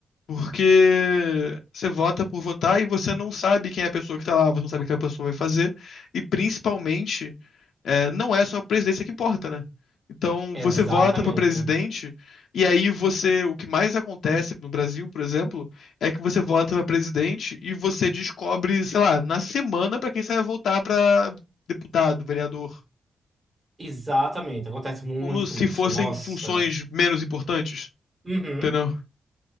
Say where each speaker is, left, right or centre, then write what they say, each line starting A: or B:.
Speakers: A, on the left (about 90°); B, on the right (about 25°).
A: Porque você vota por votar e você não sabe quem é a pessoa que tá lá, você não sabe o que a pessoa vai fazer. E principalmente, é, não é só a presidência que importa, né? Então,
B: Exatamente.
A: você vota para presidente, e aí você. O que mais acontece no Brasil, por exemplo, é que você vota para presidente e você descobre, sei lá, na semana para quem você vai votar para deputado, vereador.
B: Exatamente. Acontece muito
A: Como se
B: isso.
A: fossem
B: Nossa.
A: funções menos importantes,
B: Uhum.
A: entendeu?